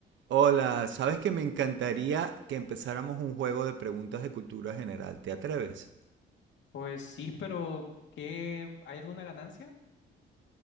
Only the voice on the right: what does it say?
Hola, ¿sabes que me encantaría que empezáramos un juego de preguntas de cultura general? ¿Te atreves?